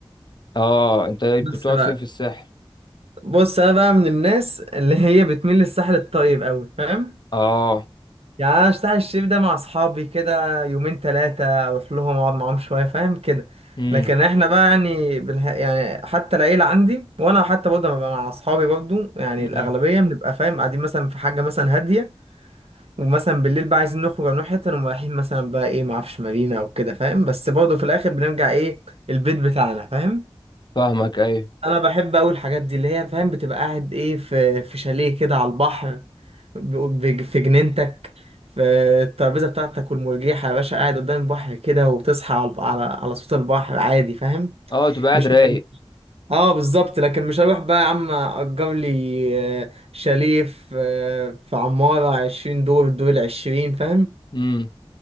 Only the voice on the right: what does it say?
بس
بقى
بص انا بقى من الناس اللي هي بتميل للساحل الطيب قوي فاهم
يعني انا الساحل الشريف ده مع اصحابي كده يومين ثلاثه اروح لهم اقعد معاهم شويه فاهم كده
لكن احنا بقى يعني بالها... يعني حتى العيله عندي وانا حتى برضه لما ببقى مع اصحابي برضه يعني
الاغلبيه بنبقى فاهم قاعدين مثلا في حاجه مثلا هاديه ومثلا بالليل بقى عايزين نخرج أو نروح حته نقوم رايحين مثلا بقى ايه معرفش مارينا او كده فاهم بس برضه في الاخر بنرجع ايه البيت بتاعنا فاهم
انا بحب اقول الحاجات دي اللي هي فاهم بتبقى قاعد ايه في في شاليه كده على البحر ب- ب- في جنينتك في الترابيزه بتاعتك والمرجيحه يا باشا قاعد قدام البحر كده وتصحى على الب- على على صوت البحر عادي فاهم
مش
<laughs> اه بالظبط لكن مش هروح بقى يا عم اجر لي آه، شاليه في آه، في عماره 20 دور الدور العشرين فاهم